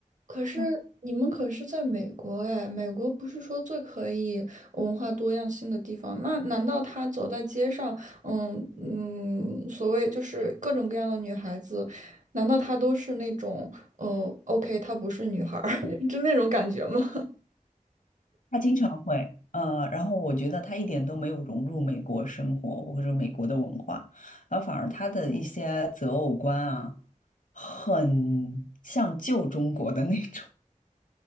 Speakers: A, on the right; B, on the left.
A: 可是你们可是在美国哎，
B: 嗯
A: 美国不是说最可以文化多样性的地方？那难道他走在街上，嗯嗯，所谓就是各种各样的女孩子，难道她都是那种，嗯，OK，她不是女孩儿，<laughs> 就那种感觉吗？
B: 她经常会，呃，然后我觉得她一点都没有融入美国生活或者美国的文化，然后反而她的一些择偶观啊，很像旧中国的那种。